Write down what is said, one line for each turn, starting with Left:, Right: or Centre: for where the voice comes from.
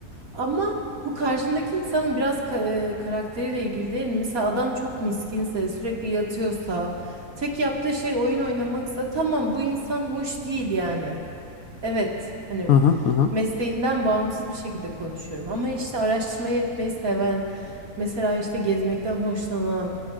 Right: Ama bu karşındaki insanın biraz ka- e, karakteriyle ilgili değil mi? Mesela adam çok miskinse, sürekli yatıyorsa, tek yaptığı şey oyun oynamaksa tamam bu insan hoş değil yani. Evet, hani
Left: Hı hı hı.
Right: mesleğinden bağımsız bir şekilde konuşuyorum. Ama işte araştırmayı etmeyi seven, mesela işte gezmekten hoşlanan,